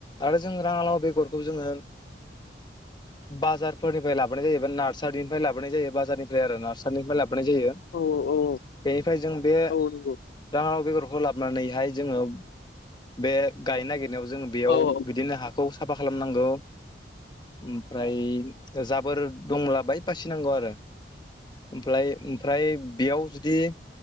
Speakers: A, on the left; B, on the left.
A: आरो जों राङालाव बेगरखौ जोङो
B: <inaudible>
A: बाजारफोरनिफ्राय लाबोनाय जायोा नार्सारिनिफ्राय लाबोनाय जायो बाजारनिफ्राय आरो नार्सारिनिफ्राय लाबोनाय जायो बेनिफ्राय
B: औ औ
A: जों बे
B: औ नंगौ
A: राङालाव बेगर खौ लाबनानै हाय जोङो बे गायनो नागि नायाव जों बेयाव
B: औ औ
A: बिदिनो हाखौ साफा खालामनांगौ ओमफ्राय जाबोर दंब्ला बाय बासिनांगौ आरो ओमफ्लाय ओम फ्राय बेयाव जुदि